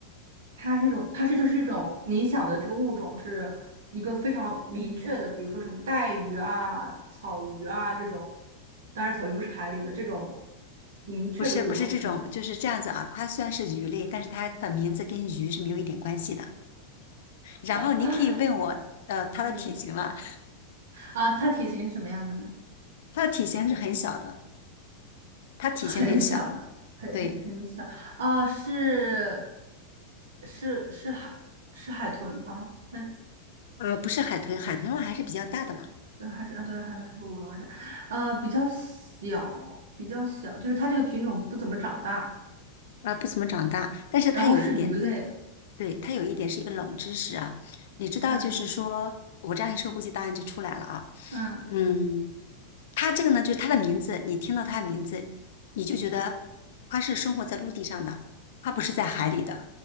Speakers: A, on the right (about 60°); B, on the left (about 55°).
A: 它是一种，它是就是一种你想的这个物种是一个非常明确的，比如说什么带鱼啊、草鱼啊这种，当然草鱼不是海里的这种明确的物种是吗？
B: 不是不是这种，就是这样子啊。它虽然是鱼类，但是它的名字跟鱼是没有一点关系的。然后你可以问我，
A: <laughs>
B: 呃，它的体型了，
A: 嗯，啊，它体型是什么样的呢？
B: <laughs> 它的体型是很小的，它体型很小，
A: 很小的，很很很小啊，
B: 对，
A: 是是是海是海豚吗？但
B: 呃，不是海豚，海豚的话还是比较大的嘛。
A: 呃还是啊，对，海豚是不是我忘记了？呃，比较小，比较小，就是它这个品种不怎么长大，
B: 呃，不怎么长大，但是它有一点，
A: 然后是鱼类。
B: 嗯，对，它有一点是一个冷知识啊。你知道，
A: 嗯
B: 就是说我这样一说，估计答案就出来了啊。
A: 嗯，
B: 嗯，它这个呢，就是它的名字，你听到它的名字，你就觉得它是生活在陆地上的，它不是在海里的。